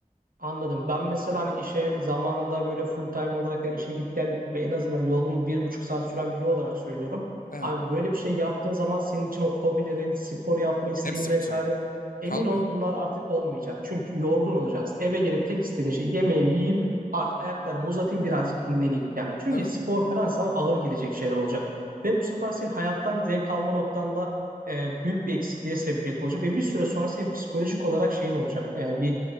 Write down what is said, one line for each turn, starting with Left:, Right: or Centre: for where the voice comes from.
Right: Anladım. Ben mesela hani işe zamanında böyle full time olarak hani işe git gel yapıp en azından yolun bir buçuk saat süren biri olarak söylüyorum.
Left: evet
Right: Abi böyle bir şey yaptığın zaman senin için o hobilerin, spor yapma isteğin
Left: hepsi
Right: vesaire
Left: bitiyor.
Right: emin
Left: Kalmıyor.
Right: ol bunlar artık olmayacak. Çünkü yorgun olacaksın. Eve gelip tek istediğin şey yemeğimi yiyeyim artık ayaklarımı uzatayım birazcık dinleneyim. Yani çünkü
Left: Tabii.
Right: spor falan sana ağır gelecek şeyler olacak. Ve bu sefer senin hayattan zevk alma noktanda e, büyük bir eksikliğe sebebiyet olacak. Ve bir süre sonra senin psikolojik olarak şeyin olacak. E, bir